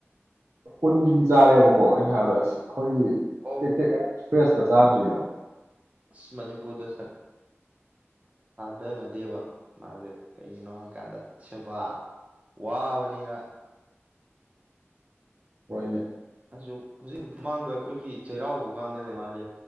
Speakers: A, on the right (about 80°); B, on the right (about 30°).
A: ꯎꯟꯒꯤꯗꯤ ꯆꯥꯔꯦꯕꯀꯣ ꯑꯩꯅ ꯍꯥꯏꯔꯗꯁꯤ ꯑꯩꯈꯣꯏꯒꯤ
B: ꯑꯣ
A: ꯇꯦꯛ ꯇꯦꯛ ꯐ꯭ꯔꯦꯁꯇ ꯆꯥ
B: ꯑꯁ ꯃꯅꯤꯄꯨꯔꯗ ꯗꯅꯗꯦꯕ ꯃꯥꯁꯦ ꯀꯩꯒꯤꯅꯣ ꯍꯥꯏꯀꯥꯟꯗ ꯁꯦꯕꯥ ꯋꯥꯕꯅꯤꯅ
A: ꯍꯣꯏꯅꯦ
B: ꯑꯗꯨ ꯍꯧꯖꯤꯛ ꯃꯃꯥꯡꯗ ꯑꯩꯈꯣꯏꯒꯤ ꯆꯩꯔꯥꯎꯕ ꯀꯥꯟꯗ ꯑꯣꯏ ꯃꯥꯜꯂꯦ